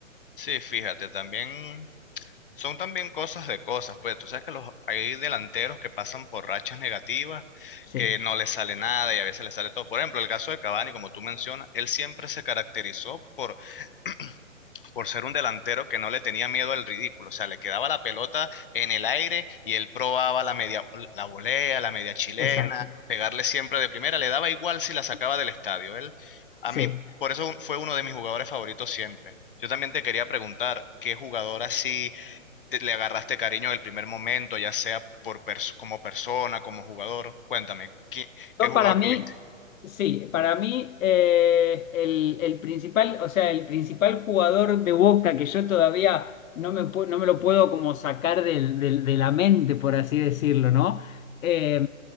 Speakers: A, on the left (about 40°); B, on the left (about 80°).
A: Sí, fíjate, también son también cosas de cosas, pues tú sabes que los, hay delanteros que pasan por rachas negativas,
B: Sí,
A: que no les sale nada y a veces les sale todo. Por ejemplo, el caso de Cavani, como tú mencionas, él siempre se caracterizó por <clears throat> por ser un delantero que no le tenía miedo al ridículo. O sea, le quedaba la pelota en el aire y él probaba la media, la volea, la media chilena,
B: exacto.
A: pegarle siempre de primera, le daba igual si la sacaba del estadio. Él, a
B: Sí.
A: mí, por eso un- fue uno de mis jugadores favoritos siempre. Yo también te quería preguntar, ¿qué jugador así te- le agarraste cariño del primer momento, ya sea por pers- como persona, como jugador? Cuéntame, ¿qué, qué
B: No,
A: jugador
B: para mí,
A: tuviste?
B: sí, para mí eh, el, el principal, o sea, el principal jugador de Boca que yo todavía no me, pu- no me lo puedo como sacar del- del- de la mente, por así decirlo, ¿no? Eh,